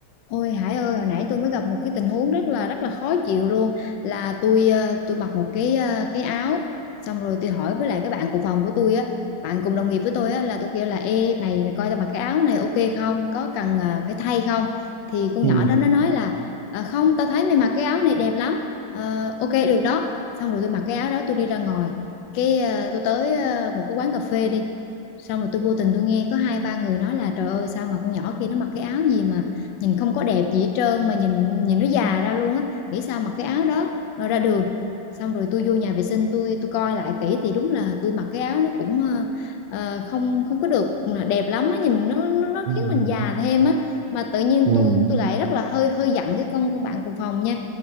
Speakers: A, on the left; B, on the right.
A: Ôi Hải ơi, hồi nãy tôi mới gặp một cái tình huống rất là rất là khó chịu luôn là tôi ờ, tôi mặc một cái ờ, cái áo xong rồi tôi hỏi với lại cái bạn cùng phòng của tôi á, bạn cùng đồng nghiệp với tôi á là tôi kêu là ê mày mày coi tao mặc cái áo này ok không? Có cần ờ, phải thay không? Thì con
B: ừ
A: nhỏ đó nó nói là "Ờ, không, tao thấy mày mặc cái áo này đẹp lắm. Ờ, ok được đó. Xong rồi tôi mặc cái áo đó tôi đi ra ngoài. Cái ờ, tôi tới ờ, một cái quán cà phê đi. Xong rồi tôi vô tình tôi nghe có hai ba người nói là trời ơi sao mà con nhỏ kia nó mặc cái áo gì mà nhìn không có đẹp gì hết trơn mà nhìn nhìn nó già ra luôn á nghĩ sao mặc cái áo đó rồi ra đường xong rồi tôi vô nhà vệ sinh tôi tôi coi lại kỹ thì đúng là tôi mặc cái áo nó cũng ờ, ờ, không không có được ờ, đẹp lắm á nhìn nó nó nó
B: ừ
A: khiến
B: ừ
A: mình già
B: ừ.
A: thêm á mà tự nhiên
B: ừ,
A: tôi tôi lại rất là hơi hơi giận cái con con bạn cùng phòng nha